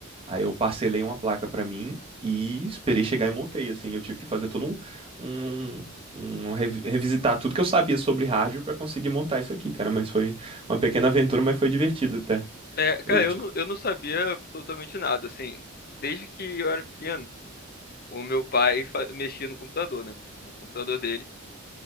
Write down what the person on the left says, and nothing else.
É, cara,
eu não, eu não sabia absolutamente nada, assim. Desde que eu era pequeno, o meu pai fa- mexia no computador, né? No computador dele.